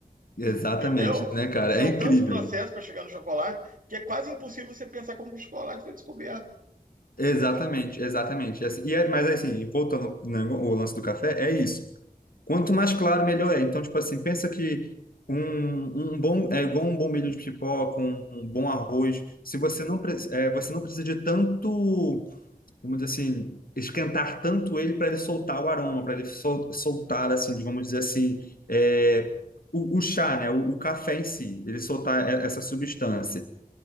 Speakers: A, on the left; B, on the right.
A: exatamente,
B: entendeu?
A: né, cara?
B: São
A: É incrível.
B: tantos processos para chegar no chocolate que é quase impossível você pensar como que o chocolate foi descoberto.
A: Exatamente, exatamente. E é- mas assim, voltando, né, o lance do café, é isso. Quanto mais claro, melhor é. Então, tipo assim, pensa que um, um bom é igual um bom milho de pipoca, um, um bom arroz. Se você não pre- é, você não precisa de tanto, vamos dizer assim, esquentar tanto ele para ele soltar o aroma, para ele sol- soltar assim, vamos dizer assim, é, o, o chá, né? O, o café em si, ele soltar e- essa substância.